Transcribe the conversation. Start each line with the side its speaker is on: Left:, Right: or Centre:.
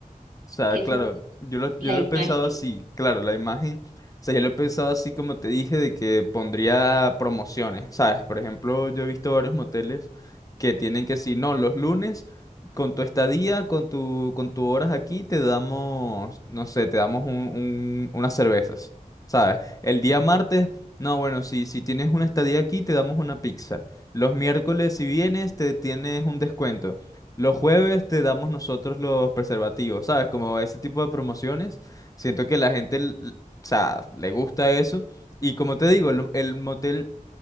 Left: O sea,
Right: eso,
Left: claro, yo lo, yo
Right: la
Left: lo
Right: imagen?
Left: he pensado así, claro, la imagen, o sea, yo lo he pensado así como te dije, de que pondría promociones, ¿sabes? Por ejemplo, yo he visto varios moteles que tienen que si no, los lunes, con tu estadía, con tu, con tus horas aquí, te damos, no sé, te damos un- un- unas cervezas, ¿sabes? El día martes, no, bueno, si, si tienes una estadía aquí, te damos una pizza. Los miércoles, si vienes, te tienes un descuento. Los jueves te damos nosotros los preservativos, ¿sabes? Como ese tipo de promociones. Siento que la gente, l- l- o sea, le gusta eso. Y como te digo, el, el motel